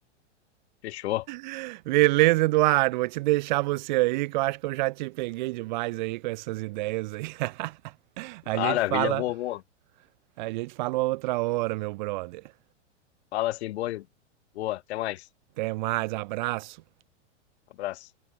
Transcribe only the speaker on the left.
Fechou.
Maravilha,
vou, vou.
Fala assim, boa, boa. Até mais.
Abraço.